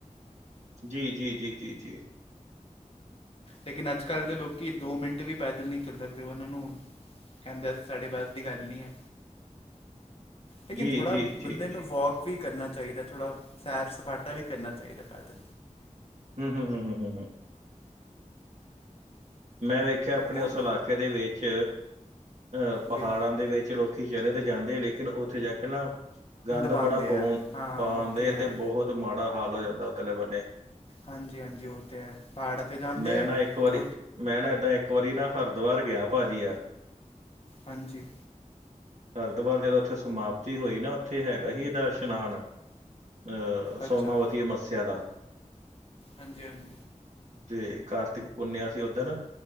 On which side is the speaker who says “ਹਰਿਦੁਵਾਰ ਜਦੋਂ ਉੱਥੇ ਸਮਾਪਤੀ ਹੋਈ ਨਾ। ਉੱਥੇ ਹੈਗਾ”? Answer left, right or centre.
Right